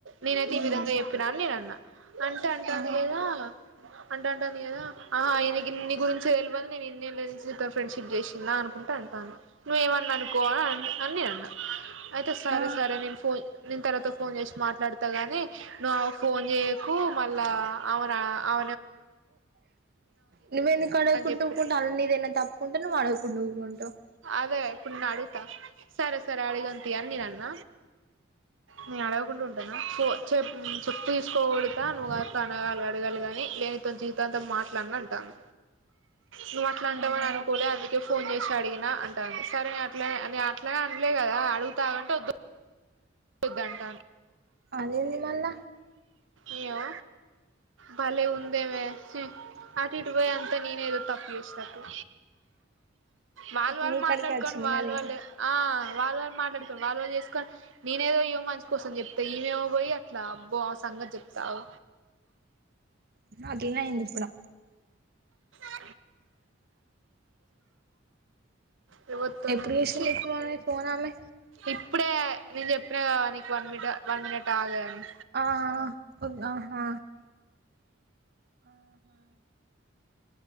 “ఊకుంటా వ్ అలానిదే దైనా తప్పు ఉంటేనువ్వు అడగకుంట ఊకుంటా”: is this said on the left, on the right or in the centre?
Right